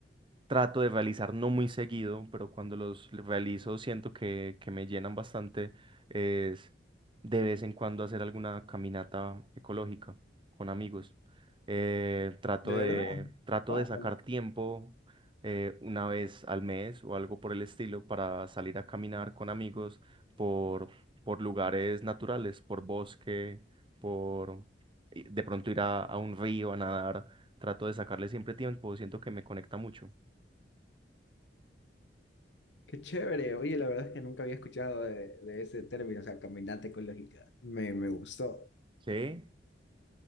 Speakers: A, on the right; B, on the left.
A: trato de realizar no muy seguido, pero cuando los realizo siento que, que me llenan bastante, es de vez en cuando hacer alguna caminata ecológica con amigos. Eh, trato
B: ¿De
A: de,
B: verdad?
A: trato
B: Wow.
A: de sacar tiempo eh, una vez al mes o algo por el estilo para salir a caminar con amigos por, por lugares naturales, por bosque, por y de pronto ir a, a un río a nadar. Trato de sacarle siempre tiempo, siento que me conecta mucho.
B: Qué chévere. Oye, la verdad es que nunca había escuchado de, de ese término, o sea, caminata ecológica. Me, me gustó.
A: Sí,